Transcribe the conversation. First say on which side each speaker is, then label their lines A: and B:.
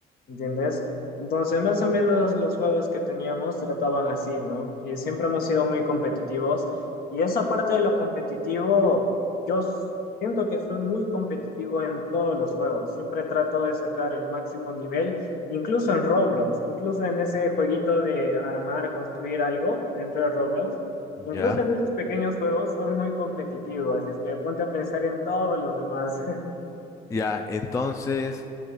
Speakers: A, on the left; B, on the left.
A: ¿entiendes? Entonces, más o menos los juegos que teníamos trataban así, ¿no? Y siempre hemos sido muy competitivos. Y esa parte de lo competitivo, yo s- siento que soy muy competitivo en todos los juegos, siempre trato de sacar el máximo nivel. Incluso en Roblox, incluso en ese jueguito de armar, construir algo dentro de Roblox, incluso
B: ya,
A: en esos pequeños juegos son muy competitivos, así es que ponte a pensar en todos los demás. <laughs>
B: ya, entonces